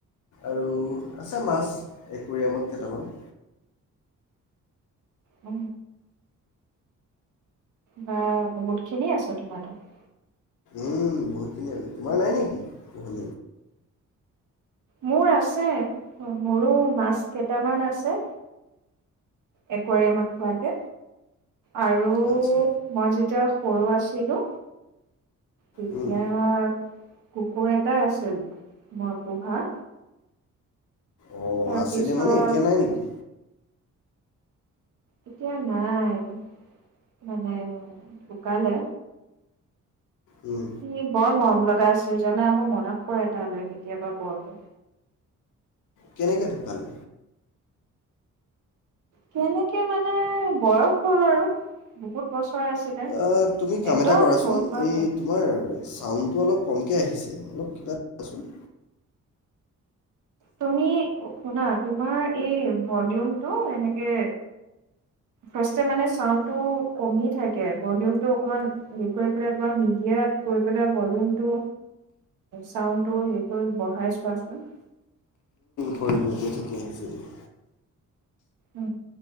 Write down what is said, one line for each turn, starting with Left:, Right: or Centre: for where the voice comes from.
Left: আৰু আছে মাছ একুৰিয়ামত কেইটামান।
Right: অ বা বহুত খিনিয় আছো তোমাৰ তাত।
Left: উম বহুতখিনি আৰু তোমাৰ নাই নেকি পহ
Right: মোৰ আছে মোৰো মাছ কেইটামান আছে। একুৱাৰিয়ামত থোৱা যে আৰু
Left: আচ্ছা
Right: মই যেতিয়া। সৰু আছিলো। তেতিয়া।
Left: উম,
Right: কুকুৰ এটাই আছিল মই পোহা।
Left: অঁ
Right: তাৰপিছত
Left: আছিলে মানে এতিয়া নাই নেকি
Right: এতিয়া নাই মানে ঢুকালে।
Left: উম,
Right: সি বৰ মৰম লগা। গা চ জনে মোৰ মনত পৰে তালৈ কেতিয়াবা বৰকৈ
Left: কেনেকে ঢুকালে।
Right: কেনেকে মানে বয়স হ'ল আৰু বহুত বছৰ। আছিলে
Left: অ তুমি কাম
Right: একদম
Left: এটা কৰাচোন
Right: সৰুৰ পৰা
Left: এই
Right: পোৱা
Left: তোমাৰ। চাউণ্ডটো অলপ কমকে আহিছে অলপ কিবা কোৱাচোন।
Right: তুমি শুনা তোমাৰ এই ভলিউমটো এনেকে ফাৰ্ষ্টে মানে চাউণ্ডটো কমি থাকে ভলিউমটো অকণমান হেৰি কৰি পেলাই তোমাৰ মিডিয়াত গৈ পেলাই ভলিউমটো চাউণ্ডটো হেৰি কৰি বঢ়াই চোৱাচোন।
Left: কৰিলোঁ উম এতিয়া ঠিকে আহিছে দিয়া।
Right: উ